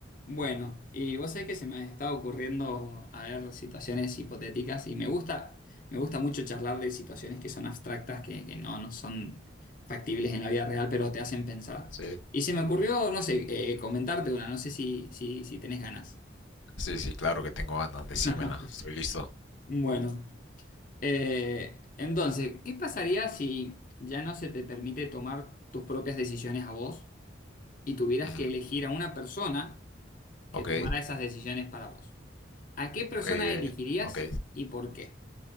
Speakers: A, on the left (about 45°); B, on the left (about 85°).
A: Bueno, y vos sabés que se me está ocurriendo a ver situaciones hipotéticas y me gusta, me gusta mucho charlar de situaciones que son abstractas, que, que no, no son factibles en la vida real, pero te hacen pensar.
B: Sí,
A: Y se me ocurrió, no sé, eh, comentarte una, no sé si, si, si tenés ganas.
B: sí, sí, claro que tengo ganas, decímela,
A: <laughs>
B: estoy listo.
A: Bueno, eh, entonces, ¿qué pasaría si ya no se te permite tomar tus propias decisiones a vos y tuvieras
B: Ujú.
A: que elegir a una persona que
B: Ok,
A: tomara esas decisiones para vos? ¿A qué persona
B: eh,
A: elegirías
B: ok.
A: y por qué?